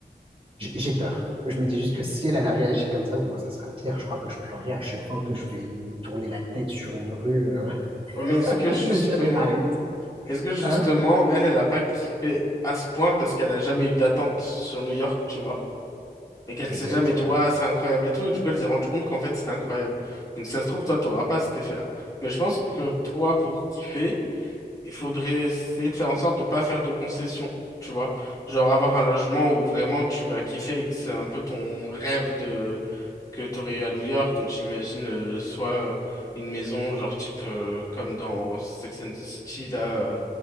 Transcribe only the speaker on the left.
Ouais, mais est-ce
que justement,
est-ce que justement,
elle, elle a pas kiffé à ce point parce qu'elle a jamais eu d'attente sur New York, tu vois? Et qu'elle
s'est jamais dit,
ouais, c'est incroyable et tout. Et du coup, elle s'est rendue compte qu'en fait, c'était incroyable. Donc, si ça se trouve, toi, t'auras pas cet effet-là. Mais je pense que toi, pour kiffer, il faudrait essayer de faire en sorte de pas faire de concessions, tu vois. Genre avoir un logement où vraiment tu vas kiffer et que c'est un peu ton rêve de que tu aurais eu à New York. Donc j'imagine euh, soit euh, une maison genre type euh, comme dans Sex and the City là, euh,